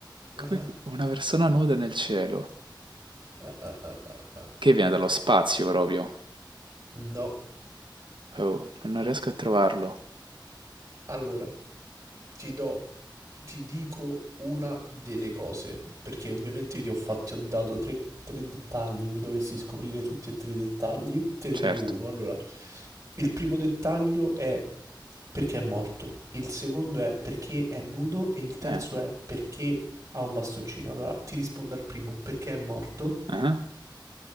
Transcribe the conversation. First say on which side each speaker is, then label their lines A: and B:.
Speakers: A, on the right; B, on the right.
A: Que-
B: Ah,
A: Una persona nuda nel cielo.
B: ah, ah, ah, ah, ah.
A: Che viene dallo spazio proprio.
B: No,
A: Oh, non riesco a trovarlo.
B: allora ti do, ti dico una delle cose, perché ovviamente io ti ho fatti, ho dato tre, tre dettagli, mi dovresti scoprire tutti e tre i dettagli, te ne
A: Certo.
B: dico uno. Allora, il primo dettaglio è perché è morto, il secondo è perché è nudo e il terzo
A: Eh,
B: è perché ha un bastoncino. Allora, ti rispondo al primo, perché è morto.
A: ah,